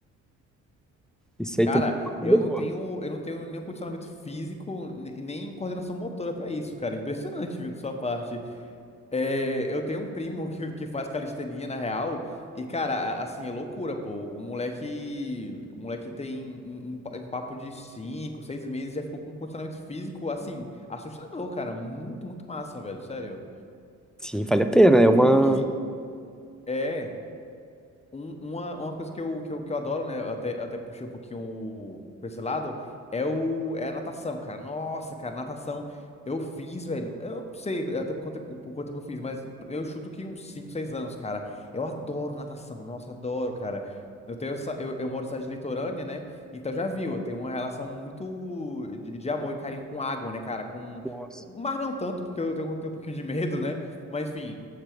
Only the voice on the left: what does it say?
Cara,
eu
não tenho, eu não tenho nenhum condicionamento físico, ne- nem coordenação motora pra isso, cara. Impressionante, viu, de sua parte. É, eu tenho um primo que, que faz calistenia, na real, e, cara, a- assim, é loucura, pô. O moleque, o moleque tem um, um pa- um papo de cinco, seis meses, já ficou com um condicionamento físico, assim, assustador, cara. Muito, muito massa, velho, sério.
Uma que, É, um- uma, uma coisa que eu, que eu, que eu adoro, né? eu Até, eu até puxei um pouquinho o- pra esse lado, é, o, é a natação, cara. Nossa, cara, natação. Eu fiz, velho. Eu não sei até por quanto, tempo- por quanto tempo eu fiz, mas eu chuto que uns 5 6 anos, cara. Eu adoro natação, nossa, adoro, cara. Eu tenho essa, eu, eu moro em cidade litorânea, né? Então já viu, eu tenho uma relação muito de, de amor e carinho com água, né, cara? Com,
com o mar não tanto, porque eu tenho, tenho um pouquinho de medo, né? Mas enfim.